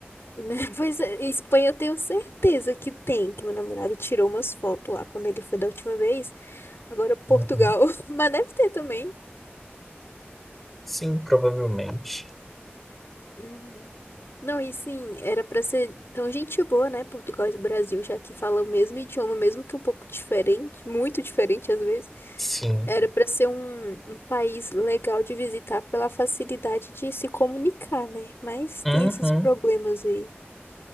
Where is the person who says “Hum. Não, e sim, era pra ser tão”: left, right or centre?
Left